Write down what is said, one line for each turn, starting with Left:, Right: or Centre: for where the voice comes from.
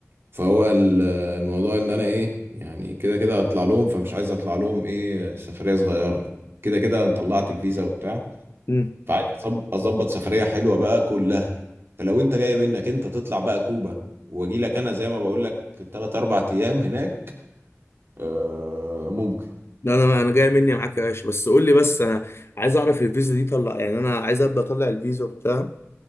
Right: فهو ال- الموضوع ان انا ايه يعني كده كده هطلع لهم فمش عايز اطلع لهم ايه سفرية صغيرة كده كده أنا طلعت الفيزا وبتاع
Left: امم
Right: فعايز أصب- اظبط سفرية حلوة بقى كلها فلو انت جاي منك انت تطلع بقى كوبا واجي لك انا زي ما بقول لك 3 4 ايام هناك آه ممكن
Left: لا انا انا جاي مني معاك يا باشا بس قول لي بس انا عايز اعرف الفيزا دي طلع يعني انا عايز ابدا اطلع الفيزا بتاع